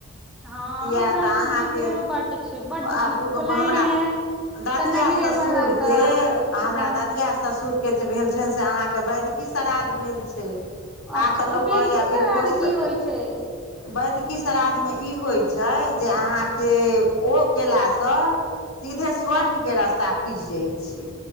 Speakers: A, in the centre; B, on the left.
A: हँ
B: किए
A: अपना
B: तऽ
A: सबके
B: अहाँके
A: विध ह बड्ड छै बड्ड
B: आबू
A: विध उपनायन
B: हमरा
A: मे
B: ददिया
A: तऽ नहिरे
B: ससुरके
A: वाला स
B: हमरा
A: हँ
B: ददिया ससुरके केछु भेल छनि से अहाँके वैदिकी श्रादध भेल छै
A: अच्छा
B: आ तऽ लोक
A: ओ बेदकी
B: कहैय बरखु
A: सरारगी
B: श
A: होइ छै
B: वदिकी श्राद्धमे ई होइत छै जे अहाँके ओ केलासँ सीधे स्वर्ग
A: हँ
B: के रास्ता खुजि जाइत छै